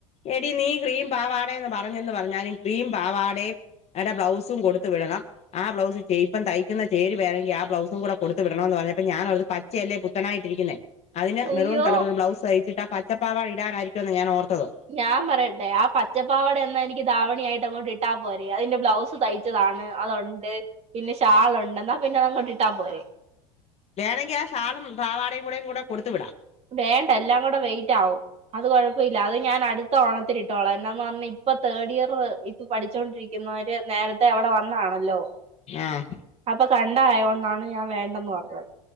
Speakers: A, on the left; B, on the right.
A: എടി നീ ക്രീം പാവാട എന്ന് പറഞ്ഞന്ന് പറഞ്ഞാലും ക്രീം പാവാടയുടെ ബ്ലൗസും കൊടുത്തു വിടണം ആ ബ്ലൗസ് തയ്ക്കുന്ന ചേരുവാണെങ്കിൽ ആ ബ്ലൗസും കൂടെ കൊടുത്ത വിടണന്ന് പറഞ്ഞപ്പ ഞാനോർത്തു പച്ചയല്ലേ പുത്തനായിട്ട് ഇരിക്കുന്നെ അതിന്
B: അയ്യോ
A: മെറൂൺ കളറ് ബ്ലൗസ് തയ്ച്ചിട്ട പച്ചപ്പാവാട ഇടാനായിരിക്കുംന്ന ഞാൻ ഓർത്തത്
B: ഞാൻ പറയട്ടെ ആ പച്ചപ്പാവട എന്നാ എനിക്ക് ദാവണി ആയിട്ട് അങ്ങോട്ട് ഇട്ടാ പോരെ അതിന്റെ ബ്ലൗസ് തയ്ച്ചതാണ് അതൊണ്ട് പിന്നെ ഷാളുണ്ട്ണ്ടെന്നാ പിന്നെ അത്ങ്ങോട്ട് ഇട്ടാൽ പോരേ
A: വേണമെങ്കിൽ ആ ഷാളും പാവാടയും കൂടെയും കൂടെ കൊടുത്തു വിടാം
B: വേണ്ട എല്ലാം കൂടെ വെയിറ്റ് ആകും അത് കൊഴപ്പമില്ല അത് ഞാൻ അടുത്ത ഓണത്തിന് ഇട്ടോളാം എന്നന്താന്ന് പറഞ്ഞ ഇപ്പൊ തേർഡ് ഇയർ ഇപ്പ പഠിച്ചോണ്ടിരിക്കുന്നവര് നേരത്തെ അവിടെ വന്നാണല്ലോ
A: ആഹ്
B: അപ്പൊ കണ്ടായോണ്ടാണ് ഞാൻ വേണ്ടെന്ന് പറഞ്ഞത്